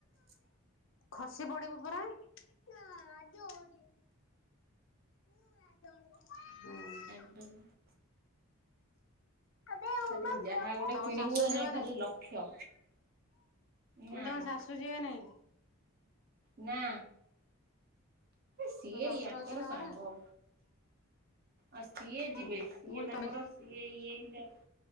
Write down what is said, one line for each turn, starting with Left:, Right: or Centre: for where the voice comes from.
Left: ଖସି ପଡିବୁ ପରା ନା ଜରେ ପୁରା ଜରେ ହୁଁ
Right: ଆ
Left: ତମ
Right: ଖାଲି ଯାହା ଗୋଟେ କିଣିବୁ
Left: ଶାଶୁ
Right: ଏଇନା
Left: ଯିବେ
Right: ଖାଲି
Left: ନାଇଁ
Right: ଲକ୍ଷ ନା
Left: ମୁଁ
Right: ନା
Left: <unintelligible>
Right: ନା ସିଏ
Left: ତମ ଶ୍ୱଶୁର
Right: ୟାଙ୍କର
Left: ଅଛନ୍ତି ନା
Right: ସାଙ୍ଗ।
Left: ଘରେ
Right: ଆଉ ସିଏ ଯିବେ
Left: ହୁଁ
Right: ସିଏ
Left: ମୁଁ
Right: ତାଙ୍କର
Left: କହିଲି ତମେ
Right: ସିଏ ଇଏ ହିଁ ତ